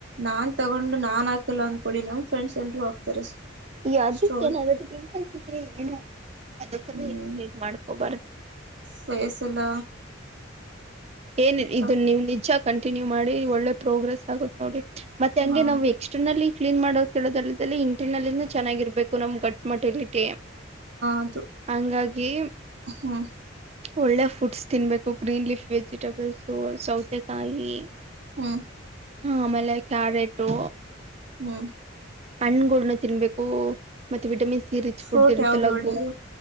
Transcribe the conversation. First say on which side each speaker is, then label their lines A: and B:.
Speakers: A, on the right; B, on the right.
A: ನಾನ್ ತಗೊಂಡು ನಾನ್ ಹಾಕಲ್ಲ ಅಂದ್ಕೊಳಿ ನಮ್ ಫ್ರೆಂಡ್ಸ್ ಎಲ್ರೂ ಹಾಕ್ತಾರೆ
B: ಈ ಅದಕ್ಕೆ
A: ಸ್ಟೋರಿ
B: ಏನಾಗುತ್ತೆ ಪಿಂಪಲ್ಸ್ ಇದ್ರೆ ಏನು ಅದಕ್ಕೆಲ್ಲ
A: ಹ್ಮ್.
B: ಎಜಿಟೇಟ್ ಮಾಡ್ಕೋಬಾರ್ದು
A: ಫೇಸ್ ಎಲ್ಲ.
B: ಏನ್ ಇದು
A: ಹ
B: ನೀವ್ ನಿಜ ಕಂ ಕಂಟಿನ್ಯೂ ಮಾಡಿ ಒಳ್ಳೆ ಪ್ರೋಗ್ರೆಸ್ ಆಗುತ್ ನೋಡಿ. ಮತ್ತೆ ಹಂಗೆ
A: ಹ
B: ನಾವ್ ಎಕ್ಸ್ಟರ್ನಲ್ಲಿ. ಕ್ಲೀನ್ ಮಾಡೋ ಕೇಳೋದಲ್ದಲ್ಲಿ ಇಂಟರ್ನಲ್ಲಿನು ಚೆನ್ನಾಗಿರ್ಬೇಕು. ಗು ನಮ್ ಗಟ್ ಮಟಲಿಟಿ
A: ಅದು
B: ಹಂಗಾಗಿ.
A: ಹ್ಮ್
B: ಒಳ್ಳೆ ಫುಡ್ಸ್ ತಿನ್ಬೇಕು ಗ್ರೀನ್ ಲಿಫ್ ವೆಜಿಟೆಬಲ್ಸು ಸೌತೆಕಾಯಿ.
A: ಹ್ಮ
B: ಹ ಆಮೇಲೆ ಕ್ಯಾರೆಟು.
A: ಹ್ಮ್
B: ಹಣ್ಗುಳ್ನ ತಿನ್ಬೇಕು ಮತ್ತೆ vitamin C rich
A: fruit
B: food ಇರುತ್ತಲ್ಲ
A: ಯಾವ್ದು ಒಳ್ಳೆದು.
B: ಗು